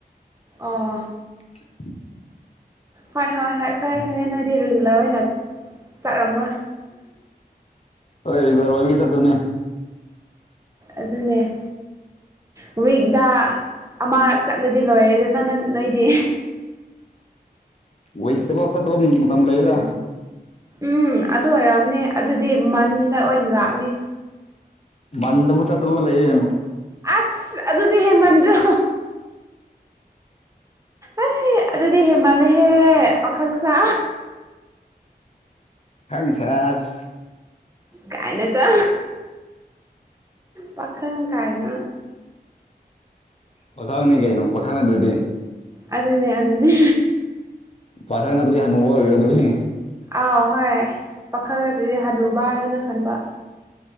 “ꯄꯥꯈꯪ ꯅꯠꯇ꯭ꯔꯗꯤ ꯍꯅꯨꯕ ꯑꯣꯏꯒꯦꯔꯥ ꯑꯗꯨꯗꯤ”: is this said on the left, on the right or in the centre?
Left